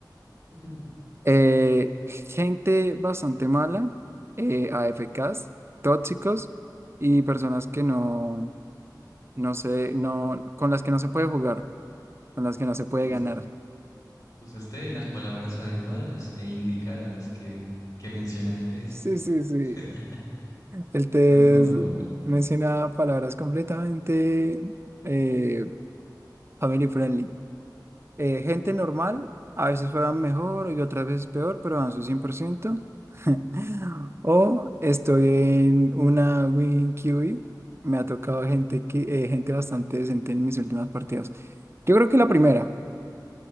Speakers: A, on the left (about 55°); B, on the right (about 35°).
A: <laughs>
B: eh, gente bastante mala, eh, AFKs, tóxicos y personas que no, no sé, no, con las que no se puede jugar, con las que no se puede
A: Us-
B: ganar.
A: usaste las palabras adecuadas e indicadas que, que menciona el test.
B: Sí, sí, sí.
A: <laughs>
B: El test
A: Continúa, por favor.
B: menciona palabras completamente eh, family friendly. Eh, gente normal, a veces juegan mejor y otras veces peor, pero dan su 100%. <laughs> O estoy en una win QB. Me ha tocado gente, que, eh, gente bastante decente en mis últimas partidas. Yo creo que la primera,